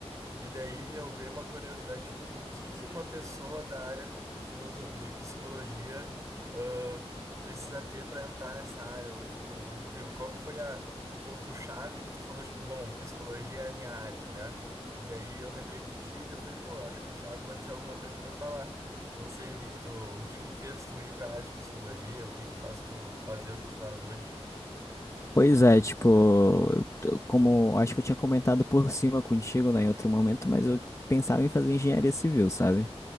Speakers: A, on the right (about 30°); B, on the left (about 25°).
A: E daí, meu, veio uma curiosidade, tipo, o que que uma pessoa da área de filoso... de psicologia ãh, precisa ter para entrar nessa área? Ou, tipo, o... que- qual que foi a... o ponto-chave que tu falou, tipo, bom, psicologia é a minha área, tá ligado? E daí eu lembrei de ti, daí eu falei, pô, acho que o Thiago <laughs> vai ter alguma coisa para falar. Não sei o que que tu... o que que fez tu ir pra área de psicologia, o que que faz tu fazer o que tu faz hoje.
B: Pois é, tipo, eu- eu- como acho que eu tinha comentado por cima contigo, né, em outro momento, mas eu pensava em fazer engenharia civil, sabe?